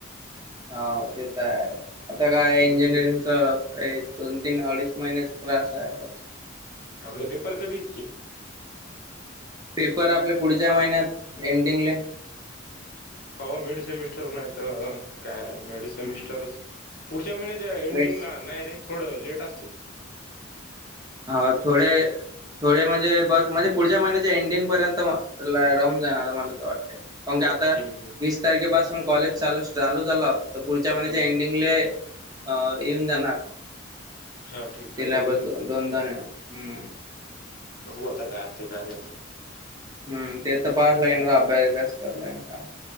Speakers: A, on the right (about 20°); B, on the left (about 45°).
A: हो ते तर आहे आता काय
B: हम्म
A: इंजिनिअरिंग तर दोन तीन अडीच महिन्याचा क्लास आहे बस
B: आपलं पेपर कधी येत की?
A: पेपर आपले पुढच्या महिन्यात एंडिंगले
B: हो मिड सेमिस्टर नाही तर काय मिड
A: हम्म.
B: सेमिस्टरच. पुढच्या महिन्याच्या एंडिंगला
A: मिड
B: नाही रे थोडं लेट असतं.
A: हा थोडे. थोडे म्हणजे बस म्हणजे पुढच्या महिन्याच्या एंडिंग पर्यंत राहून जाणार मला त वाटत. कारण की आता
B: ठीक
A: वीस तारखेपासून कॉलेज चालू चालू झाला तर पुढच्या
B: आहे
A: महिन्याच्या एंडिंगले अ येऊन जाणार
B: अच्छा ठीक
A: सिलबस
B: आहे बघू
A: द दोनदाण येऊन हम्म.
B: बघू आता काय हो ते काय नाहीते.
A: हम्म ते तर पाहायचं लागेल ना अभ्यास अभ्यास करला काय